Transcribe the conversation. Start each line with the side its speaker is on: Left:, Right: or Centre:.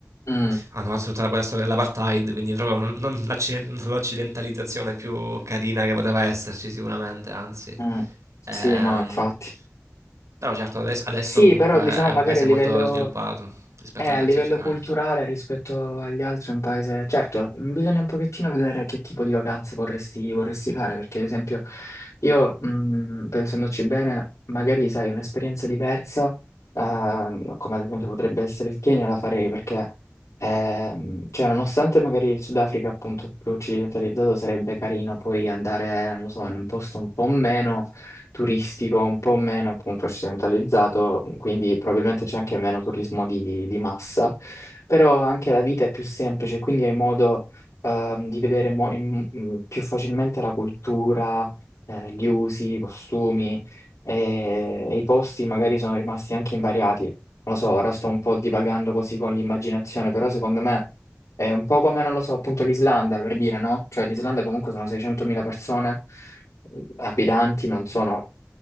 Left: Mm,
Right: hanno fatto tutta quella storia dell'apartheid, quindi proprio non l'acci- non l'occidentalizzazione più carina che poteva esserci sicuramente, anzi.
Left: mm.
Right: Ehm,
Left: Sì, no, infatti.
Right: però certo adesso, adesso
Left: Sì,
Right: comunque
Left: però diciamo
Right: è
Left: magari
Right: un paese
Left: a livello
Right: molto sviluppato rispetto
Left: Eh, a
Right: agli altri
Left: livello
Right: africani.
Left: culturale rispetto agli altri è un paese... Certo, mm, bisogna un pochettino vedere che tipo di vacanze vorresti, vorresti fare, perché ad esempio io, mh, pensandoci bene, magari sai, un'esperienza diversa, ehm, come ad esempio potrebbe essere il Kenya, la farei perché, ehm, cioè, nonostante magari il Sudafrica appunto più occidentalizzato sarebbe carino poi andare, non lo so, in un posto un po' meno turistico, un po' meno appunto occidentalizzato, quindi probabilmente c'è anche meno turismo di, di massa, però anche la vita è più semplice, quindi hai modo ehm, di vedere mo- in- in- più facilmente la cultura, eh, gli usi, i costumi e, e i posti magari sono rimasti anche invariati. Non lo so, ora sto un po' divagando così con l'immaginazione, però secondo me... È un po' come, non lo so, appunto l'Islanda, per dire, no? Cioè l'Islanda comunque sono 600.000 persone, lapidanti non sono